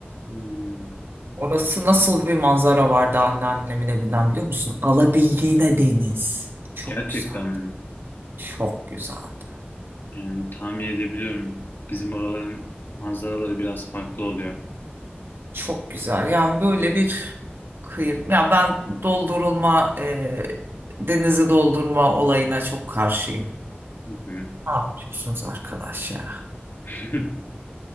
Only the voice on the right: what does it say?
Orası nasıl bir manzara vardı anneannemin evinden biliyor musun? Alabildiğine deniz. Çok
güzel.
Çok güzeldi.
Çok güzel. Yani böyle bir kıyım. Ya ben doldurulma, e, denizi doldurma olayına çok karşıyım.
Ne yapıyorsunuz arkadaş ya?